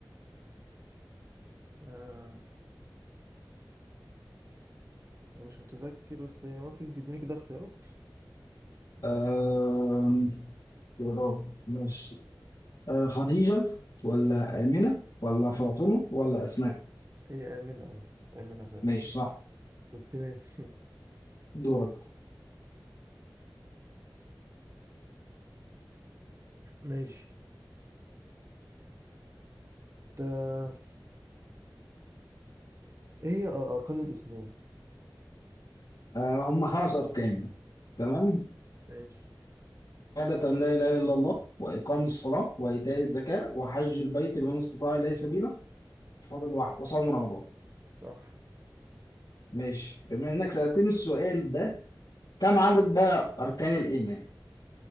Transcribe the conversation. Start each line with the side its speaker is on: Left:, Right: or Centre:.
Right: آه مش متذكر بس ممكن تديني كده اختيارات مم.
Left: آه يا رب ماشي آه خديجة ولا آمنة ولا فاطمة ولا أسماء
Right: ايه آمنة اه آمنة فعلا
Left: ماشي صح
Right: كنت ناسي
Left: دورك
Right: <laughs> ماشي تا ايه هي آه، أركان الإسلام
Left: آه هم خمس أركان تمام
Right: ماشي
Left: شهادة أن لا إله إلا الله وإقام الصلاة وإيتاء الزكاة وحج البيت لمن استطاع إليه سبيلا فاضل واحد وصوم رمضان
Right: صح
Left: ماشي بما إنك سألتني السؤال ده كم عدد بقى أركان الإيمان